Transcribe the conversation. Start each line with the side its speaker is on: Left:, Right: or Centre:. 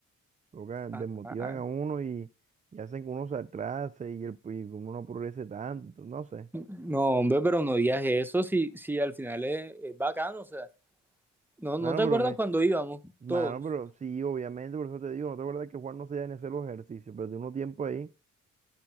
Right: Toca, desmotivan
Centre: Ajá.
Right: a uno y, y hacen que uno se atrase y, el, y que uno no progrese tanto, entonces, no sé.
Centre: No, hombre, pero no digas eso si, si al final es, es bacano. O sea, no,
Right: Mano,
Centre: no te
Right: pero
Centre: acuerdas
Right: me,
Centre: cuando íbamos
Right: mano,
Centre: todos.
Right: pero sí, obviamente, por eso te digo, no te acuerdas que Juan no se da ni hacer los ejercicios, pero tiene uno tiempo ahí.